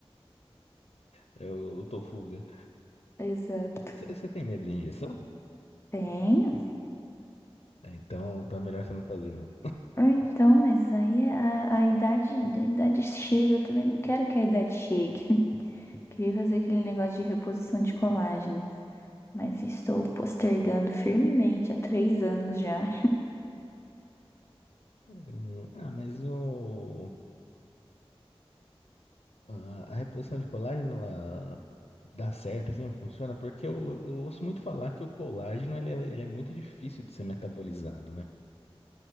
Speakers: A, on the left; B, on the left.
A: É o Lutofuga.
B: Exato.
A: Você tem medo de injeção?
B: Tenho.
A: É, Então, tá melhor você não fazer, não.
B: Ah, Então, mas aí é a, a idade, a idade chega, eu também não quero que a idade chegue. <laughs> Queria fazer aquele negócio de reposição de colágeno, mas estou postergando firmemente há três anos já.
A: Hum, Ah, mas o... A a reposição de colágeno, ela dá certo, assim, funciona? Porque eu, eu ouço muito falar que o colágeno, ele é, ele é muito difícil de ser metabolizado, né?